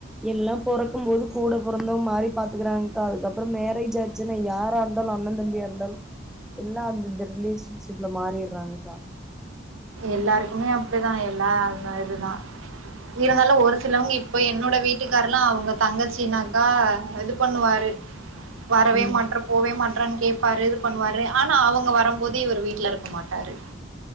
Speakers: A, in the centre; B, on the right (about 90°).
A: எல்லாம் பொறக்கும் போது கூட பிறந்தவங்க மாறி பாத்துக்கிறாங்கக்கா அதுக்கப்புறோ மேரேஜ் ஆச்சுன்னா யாரா இருந்தாலும் அண்ணன் தம்பியா இருந்தாலும் எல்லாம் அந்த ரிலேஷன்ஷிப்ல மாறிறாங்கக்கா
B: எல்லாருக்குமே அப்டிதான் எல்லாம் இதுதான் இருந்தாலும் ஒரு சிலவங்க இப்ப என்னோட வீட்டுக்காரல்லாம் அவங்க தங்கச்சினாக்கா இது பண்ணுவாரு வரவே
A: ம்
B: மாட்ற போவே மாட்ற னு கேட்பாரு இது பண்ணுவாரு ஆனா அவங்க வரும்போது இவர் வீட்டுல இருக்க மாட்டாரு